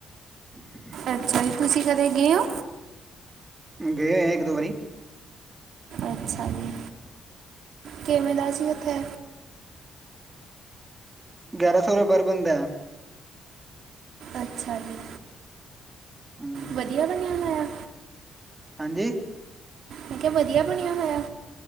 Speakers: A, on the right (about 20°); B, on the right (about 70°).
A: <inaudible>
B: ਅੱਛਾ ਜੀ, ਤੁਸੀਂ ਕਦੇ ਗੇਂ ਔਂ?
A: ਗੇ ਹੋਏ ਆਂ ਇੱਕ ਦੋ ਵਾਰੀ।
B: ਅੱਛਾ ਜੀ, ਕਿਵੇਂ ਦਾ ਸੀ ਉੱਥੇ?
A: ਗਿਆਰਾਂ ਸੌ ਰੁਪਏ ਪਰ ਬੰਦਾ ਐ।
B: ਅੱਛਾ ਜੀ।
A: ਹਾਂਜੀ
B: ਵਧੀਆ ਬਣਿਆ ਲਾਇਆ
A: ਹਾਂਜੀ
B: ਮੈਂ ਕਿਹਾ ਵਧੀਆ ਬਣਿਆ ਹੋਇਆ